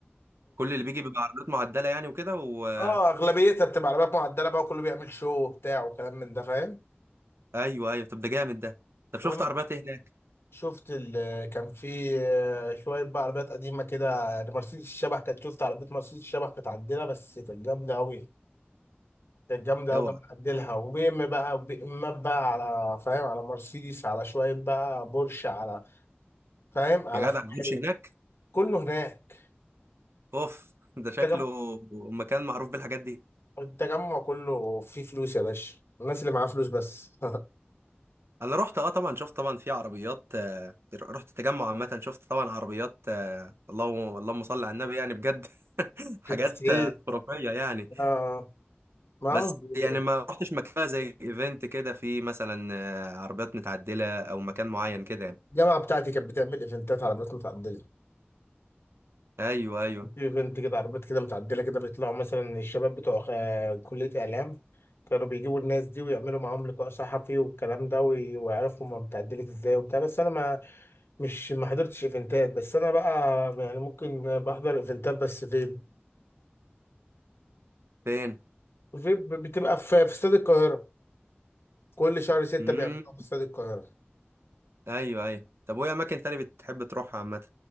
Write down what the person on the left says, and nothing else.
اه اغلبيتها بتبقى عربيات معدله بقى كله بيعمل شو وبتاع وكلام من ده فاهم
اه
شفت ال كان في آه، شويه بقى عربيات قديمه كده يعني مرسيدس الشبح كانت شفت عربيه مرسيدس الشبح متعدله بس كانت جامده قوي كانت جامده
قوي كان معدلها وبي ام بقى وبي امات بقى على فاهم على مرسيدس على شويه بقى بورش على فاهم على
فيراري
كله هناك
التجمع
التجمع كله فيه فلوس يا باشا الناس اللي معاها فلوس بس
<laughs> بتسعيد
اه معاهم
فلوس
يا باشا
الجامعه بتاعتي كانت بتعمل ايفنتات عربيات متعدله
ايفنت كده عربيات كده متعدله كده بيطلعوا مثلا الشباب بتوع آه، كليه اعلام كانوا بيجيبوا الناس دي ويعملوا معاهم لقاء صحفي والكلام ده وي- ويعرفوا هما متعدلة ازاي وبتاع بس انا ما مش ما حضرتش ايفنتات بس انا بقى يعني ممكن بحضر ايفنتات بس فيب
فيب بتبقى في في استاد القاهره كل شهر ستة
بيعملوها في استاد القاهره